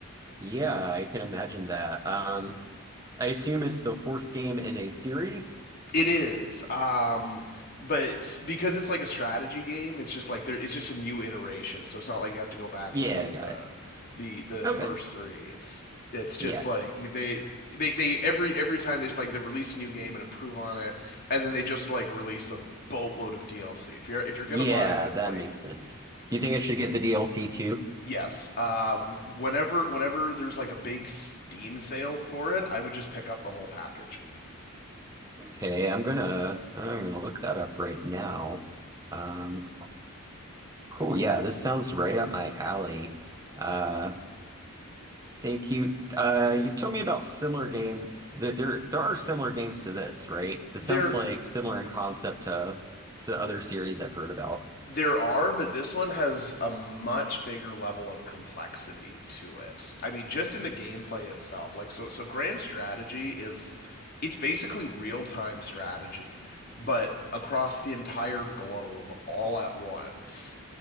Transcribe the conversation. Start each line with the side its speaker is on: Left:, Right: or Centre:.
Right: Yeah, I can imagine that. Um, I assume it's the fourth game in a series?
Left: It is. Um, but because it's like a strategy game, it's just like there, it's just a new iteration. So it's not like you have to go back
Right: Yeah,
Left: and play
Right: I got
Left: the
Right: it.
Left: the the
Right: Okay.
Left: first three. It's it's just
Right: Yeah.
Left: like they they they every every time they just like they release a new game and improve on it, and then they just like release a boatload of DLC. If you're if you're
Right: Yeah,
Left: gonna buy it,
Right: that
Left: like
Right: makes sense. You think I should get the DLC too?
Left: yes, uh, whenever whenever there's like a big Steam sale for it, I would just pick up the whole package.
Right: Okay, I'm gonna I'm gonna look that up right now. Um, cool. Yeah, this sounds right up my alley. Uh, Thank you. Uh, you've told me about similar games that there there are similar games to this, right? This
Left: There
Right: sounds like similar in concept to to other series I've heard about.
Left: There are, but this one has a much bigger level of complexity to it. I mean, just in the gameplay itself. Like so so grand strategy is it's basically real-time strategy, but across the entire globe all at once.